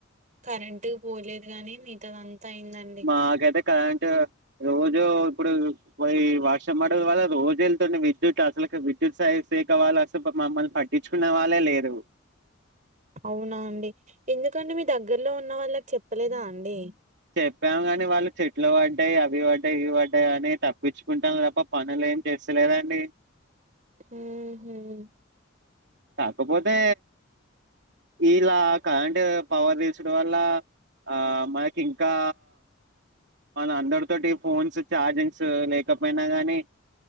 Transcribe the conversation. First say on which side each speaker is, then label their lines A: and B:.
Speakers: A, on the right; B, on the right.
A: కరెంటు పోలేదు గాని మిగతాద అంతా అయిందండి
B: మాకైతే కరెంట్ రోజు ఇప్పుడు పో వాషం మడడం వల్ల రోజు వెళ్తుంది విద్యుత్ అసలు విద్యుత్ సాహ సేఖ వాళ్ళు అసలు మమ్మల్ని పట్టించుకున్న వాళ్ళే లేదు
A: అవునా అండి ఎందుకంటే మీ దగ్గర్లో ఉన్న వాళ్ళకి చెప్పలేదా అండి
B: చెప్పాము కాని వాళ్ళు చెట్లు పడ్డాయి అవి పడ్డాయి ఇవి పడ్డాయి అని తప్పించుకుంటాం తప్ప పనులే ఏం చేస్తాలేదండి
A: ఉమ్ హ్మ్మ్
B: కాకపోతే ఇలా కరంటట్ పవర్ తీసుడు వల్ల ఆ మ ఇంకా మన అందరితోటి ఫోన్స్ చార్జింగ్స్ లేకపోయినా గానీ